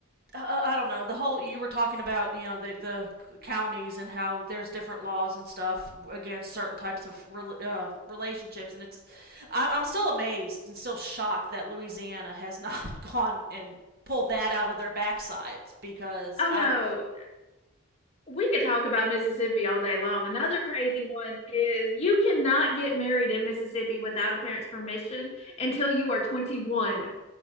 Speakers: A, on the right; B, on the left.
A: uh, uh, I don't know the whole you were talking about you know the the counties and how there's different laws and stuff against certain types of rel uh, relationships and it's just, I- I'm still amazed and still shocked that Louisiana has <laughs> not gone and pulled that out of their backsides because
B: Oh,
A: I
B: no. we could talk about Mississippi all day long. Another crazy one is you cannot get married in Mississippi without a parent's permission until you are 21.